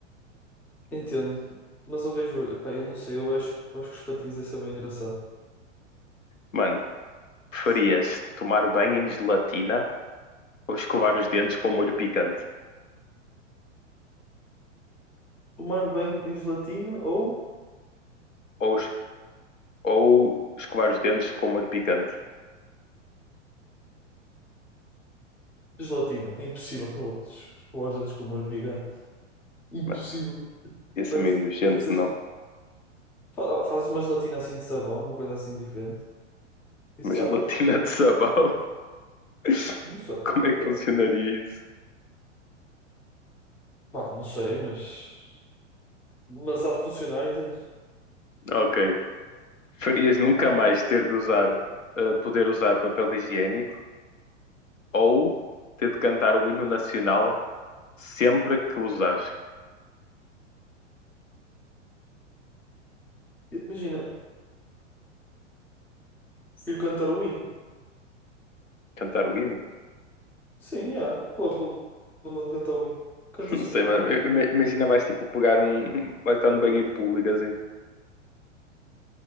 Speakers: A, in the centre; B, on the left.
A: Entendo. Mas eu vejo, pá, eu não sei, eu acho, eu acho que os patins ia ser bem engraçado.
B: Mano, preferias
A: Sim.
B: tomar banho em gelatina ou escovar os dentes com molho picante?
A: Tomar banho em gelatina ou
B: Ou, es- ou escovar os dentes com molho picante?
A: gelatina. É impossível com outros, com os dedos com o molho gigante. Impossível.
B: Mano, ia ser
A: Vai
B: meio
A: ter
B: nojento,
A: de ser-
B: não?
A: fa- Fazes uma gelatina assim de sabão, uma coisa assim diferente. E
B: Uma
A: safas.
B: gelatina de sabão. <laughs>
A: Não sei.
B: Como é que
A: Não
B: funcionaria
A: sei,
B: isso?
A: Pá, não sei, mas. Mas há de funcionar, entende?
B: Ok. Farias nunca
A: Ah,
B: mais ter de usar, eh, poder usar papel higiênico ou ter de cantar o hino nacional sempre que usares.
A: imagina, prefiro cantar o hino.
B: Cantar o hino?
A: Sim, há. Qual é o problema de cantar o hino? Canta-se
B: <laughs> Não sei,
A: o hino.
B: mas ima- imagina vais tipo pegar um. <laughs> Vais estar num banheiro público assim.